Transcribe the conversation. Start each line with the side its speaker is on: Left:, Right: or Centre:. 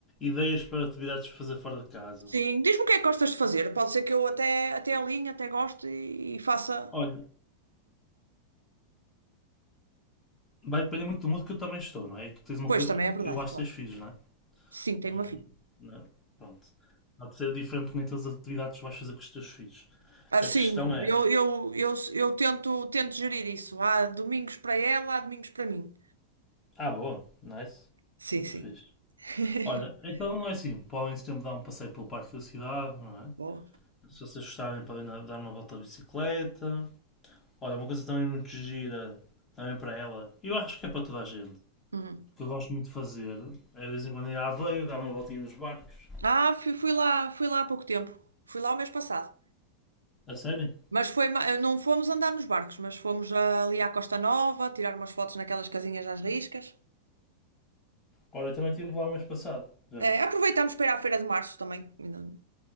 Left: ideias para atividades para fazer fora de casa.
Right: Sim, diz-me o que é que gostas de fazer. Pode ser que eu até, até alinhe, até goste e, e faça.
Left: Olha, vai depender muito do mundo que eu também estou, não é? E que tens uma
Right: Pois
Left: coisa,
Right: também é verdade,
Left: eu acho
Right: claro.
Left: que tens filhos, não é?
Right: Sim, tenho
Left: Nós
Right: uma
Left: não,
Right: filha.
Left: não- pronto. Pode ser diferente que nem todas as atividades que vais fazer com os teus filhos.
Right: Ah,
Left: A
Right: sim,
Left: questão é,
Right: eu, eu, eu, eu tento, tento gerir isso. Há domingos para ela, há domingos para mim.
Left: ah, boa, nice,
Right: Sim,
Left: muito
Right: sim.
Left: fixe.
Right: <laughs>
Left: Olha, então é assim, podem sempre dar um passeio pelo parque da cidade, não é?
Right: Boa.
Left: Se vocês gostarem, podem dar dar uma volta de bicicleta. Olha, uma coisa também muito gira, também para ela, eu acho que é para toda a gente.
Right: Uhum.
Left: O que eu gosto muito de fazer é de vez em quando ir à Aveiro, dar uma voltinha nos barcos.
Right: Ah, fui, fui lá, fui lá há pouco tempo. Fui lá o mês passado.
Left: A sério?
Right: Mas foi, ma- eh, não fomos andar nos barcos, mas fomos ali à Costa Nova, tirar umas fotos naquelas casinhas às riscas.
Left: Olha, eu também estive lá o mês passado, já viste?
Right: Eh, aproveitamos para ir à Feira de Março também. Ainda